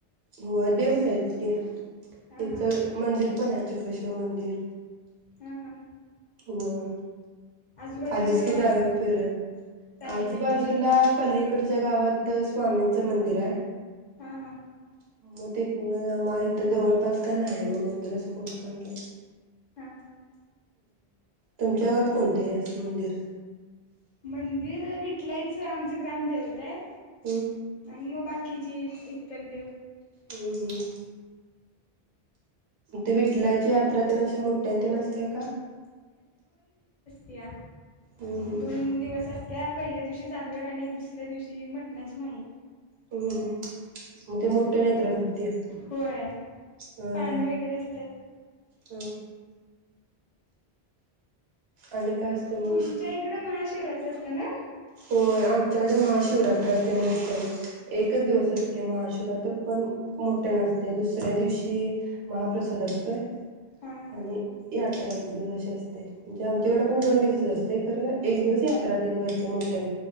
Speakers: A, on the right; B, on the left.
A: हो देवच आहेत ते
B: हा
A: इथं
B: हा
A: मंदिर पण आहे चक्रेश्वर मंदिर
B: ह ह
A: हो
B: आजूबाजूच्या
A: आलीच
B: गावात
A: कि द्यावे फिर
B: चालते
A: आजूबाजूला
B: की
A: पली कडच्या गावात स्वामींचं मंदिर आहे
B: हम हम
A: मग तिथ इथ जवळपास का नाही मग मंदिर असं कोणतं चांगलं
B: हा ह
A: तुमच्या गवात कोणते आहे मंदिर
B: मंदिर विटलायच आमचं ग्रामदेवत आहे
A: एक
B: मग बाकीची इतर देव
A: हम्म हम्म ते विठलाची यात्रा तेन अशी मोठ्यांंत नसते का
B: त्या
A: हम्म हम्म
B: दोन दिवस असत्या पहिल्या दिवशी जागर आणि दुसऱ्या दिवशी मटणाची माई
A: हम् ह म ते मोठ्या नेत्र प्रति ह
B: होय
A: ह
B: पाळणं वगैरे असतात
A: हम आणि काय असते मग
B: तुमच्या इकडे महाशिवराात रस्त्यानं
A: हो आमच्याकडे महाशिवरात्र असते मोठ्यान एकच दिवस असते महाशिवरात्र पण मोठ्यान असते दुसऱ्या दिवशी महाप्रसाद असतोय
B: हा हा
A: आणि या यात्रा एक दिवस अशी असते म्हणजे आमच्याकडे पण दोन दिवसच असते खरं एक दिवस यात्रा तेन भर ते मोठ्यानं